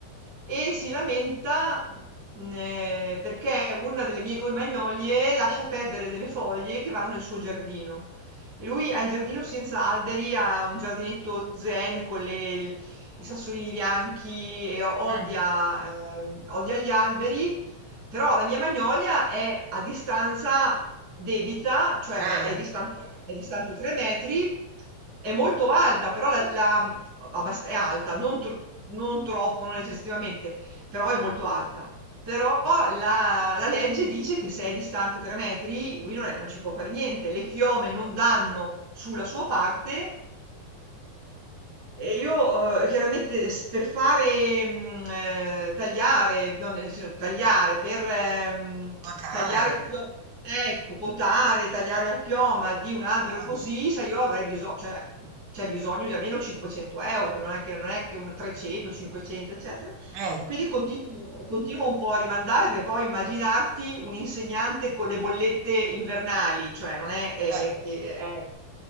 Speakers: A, on the right; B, on the right.
A: e si lamenta mm, eh, perché una delle mie due magnolie lascia perdere delle foglie che vanno nel suo giardino. E Lui ha il giardino senza alberi, ha un giardinetto zen con le- i sassolini bianchi e odia,
B: Mm.
A: ehm, odia gli alberi. Però la mia Magnolia è a distanza debita,
B: Votare.
A: cioè è, è distante, è distante 3 metri, è molto alta, però la, la- abbast- è alta, non, tr- non troppo, non eccessivamente, però è molto alta. Però la, la legge dice che se è distante 3 metri, lui non, è- non ci può fare niente. Le chiome non danno sulla sua parte e io, uhm, chiaramente s per fare, mhmm, ehm, tagliare, no, nel senso tagliare, per, mhmm,
B: Votare.
A: tagliare la chio ecco, potare, tagliare la chioma di un albero
B: Eh,
A: così, sai, io avrei biso cioè, c'è bisogno di almeno 500 euro, cioè non è che non è che un 300, 500, eccetera.
B: eh,
A: Quindi continuo continuo un po' a rimandare, perché poi immaginarti un insegnante con le bollette invernali, cioè non è è
B: eh,
A: che eh.